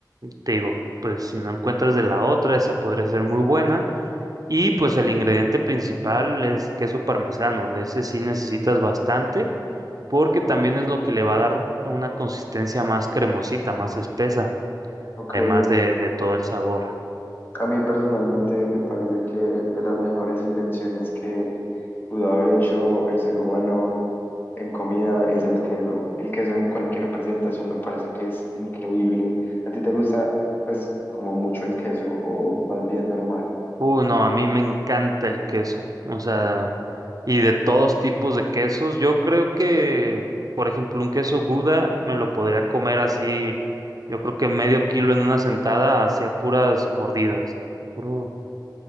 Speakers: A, on the right; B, on the left.
A: te digo, pues si no encuentras de la otra, esa podría ser muy buena. Y pues el ingrediente principal es queso parmesano. De ese sí necesitas bastante, porque también es lo que le va a dar una consistencia más cremosita, más espesa,
B: Ok,
A: además de, de todo el sabor.
B: a mí personalmente me parece que de las mejores invenciones que pudo haber hecho el ser humano en comida es el queso. El queso en cualquier presentación me parece que es increíble. ¿A ti te gusta, pues, como mucho el queso o más bien normal?
A: Uh, no, a mí me encanta el queso, o sea, y de todos tipos de quesos. Yo creo que, por ejemplo, un queso Gouda me lo podría comer así, yo creo que medio kilo en una sentada, hacia puras mordidas. Puro.